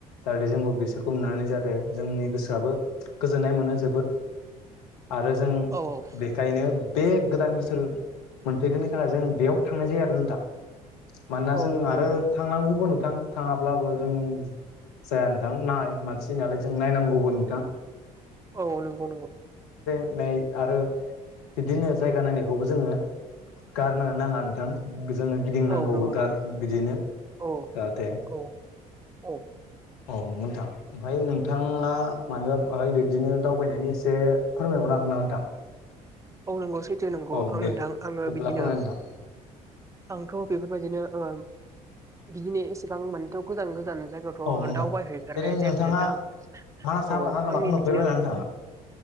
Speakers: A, on the left; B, on the right.
A: जाहाथे जोंबो बिसोरखौ नुनानै जाहाथ थे जोंनि गोसोआबो गोजोन्नाय मोनो जोबोद। आरो जों
B: औ
A: बेखायनो बे गोदान बोसोर मोनफैगोननि थाखाय जों बेयाव थांनाय जायो आरो नोंथां। मानोना
B: औ
A: जों
B: नंगौ
A: आरो
B: नंगौ नंगौ
A: थांनांगौबो थां थाङाब्लाबो जों जाया नोंथां ना मानसिनाालाय जों नायनांगौबो नोंथां।
B: औ नंगौ नंगौ।
A: नाय आरो बिदिनो जायगा नायनायखौबो जोङो गारनो नाङा नोंथां। जोङो गिदिंनांगौबो।
B: औ नंगौ
A: <unintelligible>
B: नंगौ
A: बिदिनो
B: औ
A: जाहाथे
B: औ औ
A: औ नंगौ नोंथां ओमफाय नोंथाङा
B: उम उम
A: मानिबा बाहाय बिब्दिनो दावबायनायनि एसे फोरमायबावनो हागोन नामा नोंथां?
B: औ नंगौ सैथो नांगौ
A: औ
B: आं
A: दे
B: नोंथां आङो
A: अब्ला
B: बिदिनो
A: फोरमायदो नोंथां
B: आंथ' बेफोरबायदिनो ओ बिदिनो एसेबां मोनथ' गोजान गोजान जायगायावथ'
A: औ नोंथां
B: दावबाय हैैफेरनाय
A: जेरै
B: जायाखै
A: नोंथाङा
B: नोंथां
A: मानास
B: औ
A: हाग्रामाखौ
B: आंनि
A: नुफेरबायना
B: बिदिनो
A: नोंथाङा